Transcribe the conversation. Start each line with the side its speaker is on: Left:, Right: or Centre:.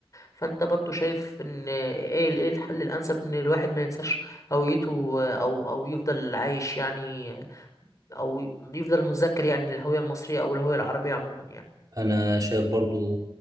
Left: فانت برضو شايف ان ايه ال- ايه الحل الانسب ان الواحد ما ينساش هويته آه، او او يفضل عايش يعني او يفضل متذكر يعني الهوية المصرية او الهوية العربية عموما يعني
Right: أنا شايف برضو